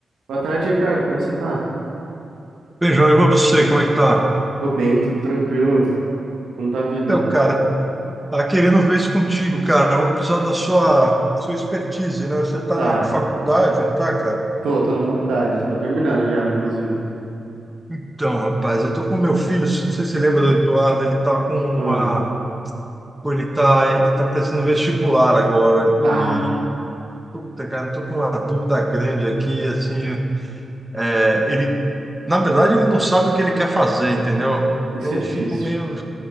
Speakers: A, on the right; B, in the centre.
A: Boa tarde, Ricardo. Como você tá?
B: Beijão, e você, como é que tá?
A: Tô bem, tô tranquilo. Como tá a vida?
B: Então, cara, tá querendo ver isso contigo, cara. Vou precisar da sua, sua expertise, né? Você tá
A: Tá.
B: na faculdade, não tá, cara?
A: Tô, tô na faculdade. Tô terminando já ela, inclusive.
B: Então, rapaz, eu tô com meu filho, não sei se você lembra do Eduardo, ele tá com uma...
A: Ah,
B: pô, Ele tá, ele tá prestando vestibular agora
A: tá.
B: e... Puta, cara, eu tô com uma dúvida grande aqui, assim, é, ele... Na verdade, ele não sabe o que ele quer fazer, entendeu?
A: Isso
B: Então,
A: é difícil.
B: eu fico meio